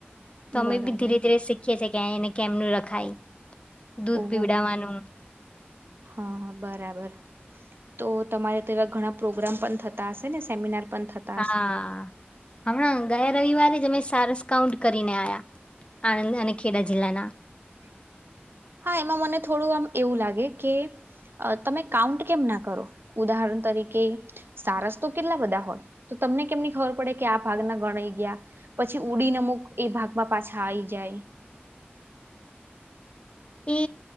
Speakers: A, on the left; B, on the right.
A: છે અમે
B: બરાબર
A: બી ધીરે ધીરે શીખીએ છીએ કે એને કેમનું રખાય દૂધ
B: ઓ
A: પીવડાવવાનું
B: હા બરાબર તો તમારે તો એવા ઘણા પ્રોગ્રામ પણ થતા હશે ને સેમિનાર પણ થતા
A: હા
B: હશે
A: હમણાં ગયા રવિવારે <unintelligible> કાઉન્ટ કરીને આયા આનંદ અને ખેડા જિલ્લાના
B: હા એમાં મને થોડું આમ એવું લાગે કે અ તમે કાઉન્ટ કેમ ના કરો ઉદાહરણ તરીકે સારસ તો કેટલા બધા હોય તમને કેમની ખબર પડે કે આ ભાગના ગણાઈ ગયા પછી ઉડીને અમુક એ ભાગમાં પાછા આવી જાય
A: એ